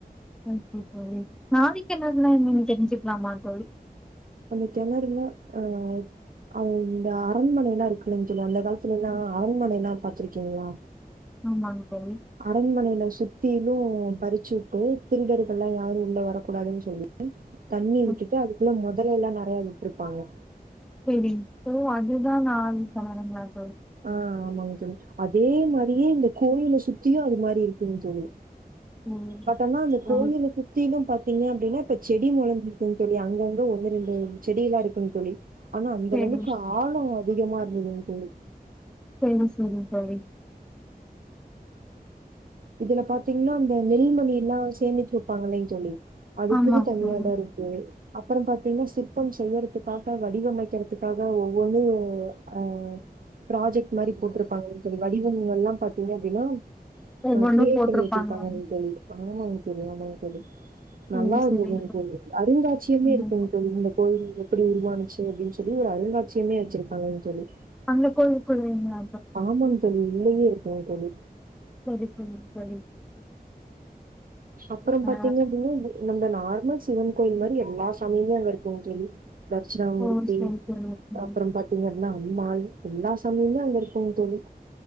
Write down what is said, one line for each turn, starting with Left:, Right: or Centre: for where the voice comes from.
Centre: ஓகே தோழி நாழிக்கிணறு நா என்னானு தெரிஞ்சுக்கலாமா தோழி
Right: அந்த கெணறுணா ஆ அந்த அரண்மனை எல்லா இருக்கு இல்லங் தோழர் அந்த காலத்துல ஆ அரண்மனைலா பாத்திருக்கீங்ளா
Centre: ஆமாங்க தோழி
Right: அரண்மனைலா சுத்திலும் பறிச்சிருக்கு திருடர்கலா யாரும் உள்ள வரக்கூடாதுனு சொல்லி தண்ணி விட்டுட்டு
Centre: ம்,
Right: அதுக்குள்ள முதலை எல்லா நா றையா விட்ருபாங்க
Centre: சேரி சோ அதுதான் நான் சொல்லவர மேம்
Right: ஆ ஆமாங் <inaudible> அதே மாரியே இந்த கோயில சுத்தியும் அது மாரி இருக்குங் தோழி
Centre: ம்
Right: பட் ஆனா அந்த கோயில
Centre: ஆமா.
Right: சுத்திலும் பாத்தீங்க அப்டின்னா இப்ப செடி மொளஞ்சிருக்குங் தோழி அங்கங்க ஒன்னு ரெண்டு செடியில்லா இருக்குங் தோழி ஆனா அந்த
Centre: சரி
Right: அளவுக்கு ஆலோ அதிகமா இருந்ததுங் தோழி
Centre: சேரிங் சேரிங் தோழி
Right: இதுல பாத்தீங்கனா அந்த நெல்மணி எல்லா சேமிச்சு வெப்பாங் இல்லைங் தோழி அதுக்கு
Centre: ஆமா
Right: தனி
Centre: தோழி
Right: எடோ இருக்கு அப்புறம் பாத்தீங்கன்னா சிற்பம்ஸ் செய்யறதுக்காக வடிவமைக்க க்கிறதுக்காக ஒவ்வொன்னு அ ஃப்ராஜெக் ட்டு மாரி போட்ருப்பாங்க தோழி வடிவங்கல்லாம் பாத்தீங்க அப்டின்னா
Centre: ஒவ்வொன்னும்
Right: ஆ கிரியேட்
Centre: போட்டிருப்பாங்களா
Right: பண்ணி வெச்சுருப்பாங்க தோழி ஆமாங் தோழி ஆமாங் தோழி
Centre: சரி
Right: நல்லாருந்துங்
Centre: சரி
Right: தோழி அருங்காட்சியுமே
Centre: ம்
Right: இருக்குங் தோழி இந்த கோயில் எப்புடி உருவானுச்சு அப்டின் சொல்லி ஒரு அருங்காட்சியமே வெச்சுருபாங்கங் தோழி
Centre: அந்த கோயிலுக்குள்ளீங்ளா
Right: ஆமாங் தோழி உள்ளையே இருக் குங் தோழி
Centre: செரி செரிங் தோழி
Right: அப்பறம்
Centre: ஆ
Right: பாத்தீங்க அப்டின்னா நம்ம நார்மல் சிவன் கோயில் மாரி எல்லா சாமியுமே அங்க இருக்குங் தோழி தர்ட்சிணாமூர்த்தி
Centre: ஓ சரி சரி தோழி.
Right: அப்புறம் பாத்தீங்க அப்டின்னா பெரும்மால் எல்லா சாமியுமே அங்க இருக்குங் தோழி